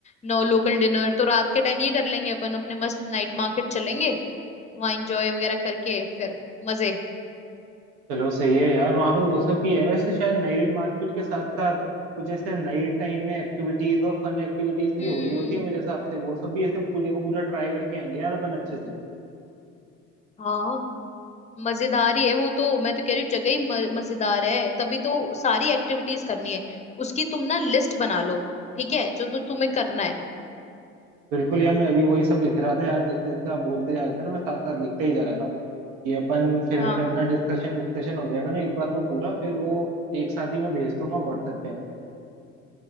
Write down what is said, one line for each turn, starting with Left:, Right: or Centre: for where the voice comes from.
Left: नो लोकल डिनर तो रात के टाइम ये कर लेंगे अपन अपने मस्त नाइट मार्केट चलेंगे वहाँ एंजॉय वगैरह करके फिर मजे
Right: चलो सही है यार वहाँ पे वो सब भी है वैसे शायद नाइट मार्केट के साथ साथ कुछ ऐसे नाइट टाइम में एक्टिविटीज और फन एक्टिविटीज भी
Left: हम्म
Right: हो रही होती है मेरे हिसाब से वो सब भी ऐसे पूरे का पूरा ट्राई करके आएंगे यार अपन अच्छे से
Left: हाँ मजेदार ही है वो तो मैं तो कह रही हूँ जगह ही म- मजेदार है तभी तो सारी एक्टिविटीज करनी है उसकी तुम ना लिस्ट बना लो ठीक है जो तो तुम्हें करना है
Right: बिल्कुल यार मैं अभी वही सब लिख रहा था यार जैसे जैसे आप बोलते जा रहे थे ना मैं साथ साथ लिखते ही जा रहा था ये अपन फिर
Left: हाँ
Right: ऐसे अपना डिस्कशन डिस्कशन हो जाएगा ना एक बार को पूरा फिर वो एक साथ ही मैं भेज दूंगा व्हाट्सएप पे अपने